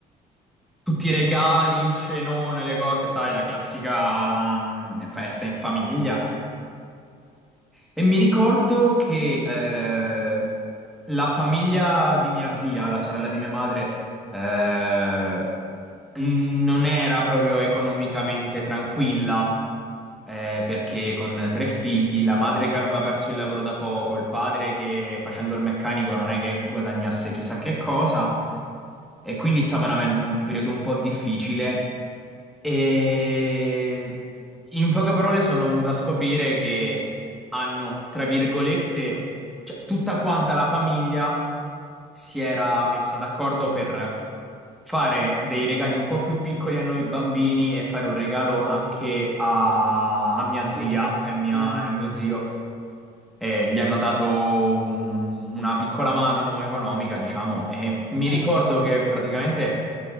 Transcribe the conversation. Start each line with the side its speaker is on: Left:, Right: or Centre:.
Centre: tutti i regali, il cenone, le cose, sai, la classica, mm, festa in famiglia. E mi ricordo che eh, la famiglia di mia zia, la sorella di mia madre, eh, non era proprio economicamente tranquilla. eh, perché con tre figli, la madre che aveva perso il lavoro da poco, il padre che facendo il meccanico non è che guadagnasse chissà che cosa, e quindi stavano avendo un periodo un po' difficile. E in poche parole sono venuto a scoprire che hanno, tra virgolette, cioè, tutta quanta la famiglia si era messa d'accordo per fare dei regali un po' più piccoli a noi bambini e fare un regalo anche a, a mia zia
Right: loro.
Centre: e mia-
Right: Ah,
Centre: e mio zio. E gli hanno dato un- una piccola mano economica, diciamo, e mi
Right: eh.
Centre: ricordo che praticamente